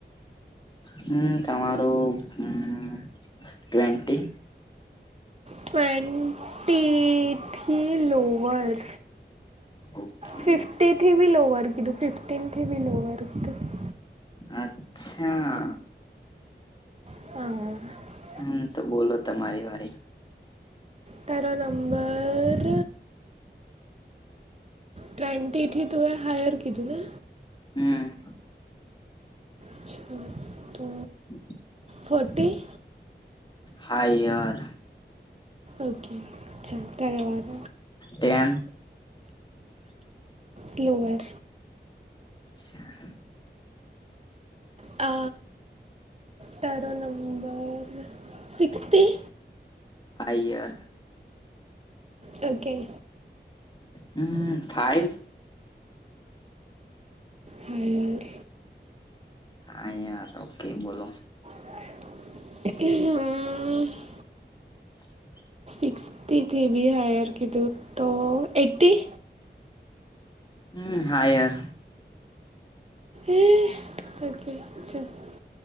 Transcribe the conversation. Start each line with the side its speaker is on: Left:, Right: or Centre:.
Left: હમ તમારું હમ. ટ્વેન્ટન્ટી.
Right: ટ્વેન્ટન્ટીથી લોવર.
Left: ઓકે
Right: ફિફ્ટથી બી લોવર કીધું ફિફથી બી લોવર કીધું.
Left: અચ્છા.
Right: હા.
Left: હમ તો બોલો તમારી વારી.
Right: તેરો નંબર. ટ્વેન્ટીથી તવે હાયર કધું ને.
Left: હમ.
Right: અચ્છા તો.
Left: હમ.
Right: ફોટી.
Left: હાઈાર.
Right: ઓકે ચાલો ધન્યવાદ.
Left: એન.
Right: લુઅર.
Left: છાઆ.
Right: અ તારો નંબર સિક્સ્તી.
Left: આઈ યાર.
Right: ઓકે.
Left: હમ ફાઈવ.
Right: હાયર.
Left: હા યાર ઓકે બોલો.
Right: <unintelligible>
Left: હ.
Right: ઈકસ્તિથી થી બી હાયર કીધું તો એટ્ટી.
Left: હમ હાયર.
Right: એ <inaudible>